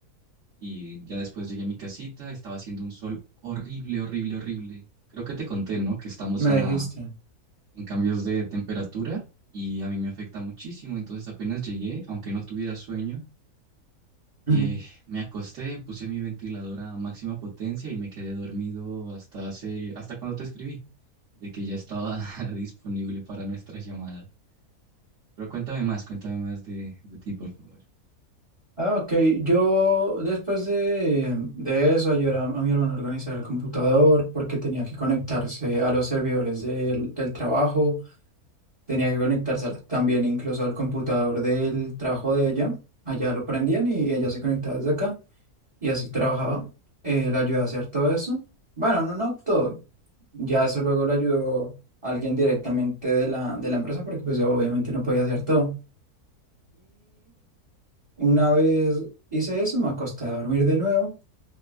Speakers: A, on the right; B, on the right.
A: Y ya después llegué a mi casita, estaba haciendo un sol horrible, horrible, horrible. Creo que te conté, ¿no? Que estamos
B: Me
A: a-
B: dijiste.
A: en cambios de temperatura y a mí me afecta muchísimo. Entonces apenas llegué, aunque no tuviera sueño, Eh,
B: <clears throat>
A: me acosté, puse mi ventiladora a máxima potencia y me quedé dormido hasta hace, hasta cuando te escribí, de que ya estaba <laughs> disponible para nuestra llamada. Pero cuéntame más, cuéntame más de, de ti, por favor.
B: Ah, ok. Yo después de, de eso ayudé a, a mi hermano a organizar el computador porque tenía que conectarse a los servidores del, del trabajo, tenía que conectarse al- también incluso al computador del trabajo de ella. Allá lo prendían y ella se conectaba desde acá y así trabajaba. Eh, la ayudé a hacer todo eso. Bueno, no, no todo. Ya eso luego lo ayudó alguien directamente de la, de la empresa porque pues yo obviamente no podía hacer todo. Una vez hice eso, me acosté a dormir de nuevo,